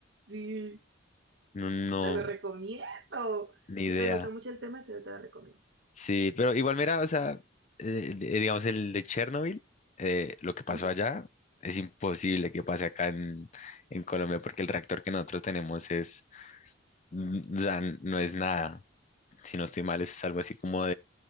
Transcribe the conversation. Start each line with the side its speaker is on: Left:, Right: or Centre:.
Right: Sí,
Left: No, no,
Right: te lo recomiendo.
Left: ni
Right: Si
Left: idea.
Right: te gusta mucho el tema, sí, te lo recomiendo.
Left: Sí, pero igual mira, o sea, eh, di- digamos el de Chernobyl, eh, lo que pasó
Right: Ujú.
Left: allá es imposible que pase acá en, en Colombia porque el reactor que nosotros tenemos es, mm, o sea, n- no es nada, si no estoy mal, es algo así como